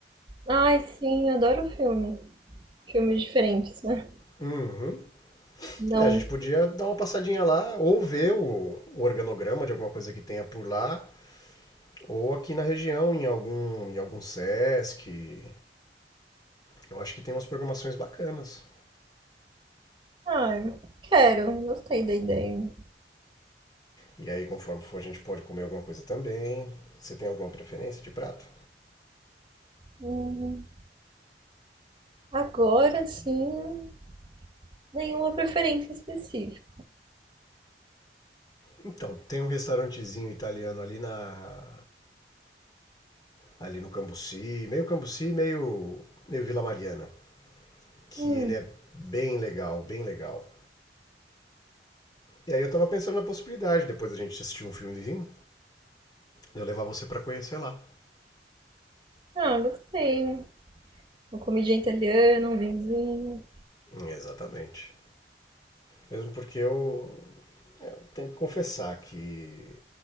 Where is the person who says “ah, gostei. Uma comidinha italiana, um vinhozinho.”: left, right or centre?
Right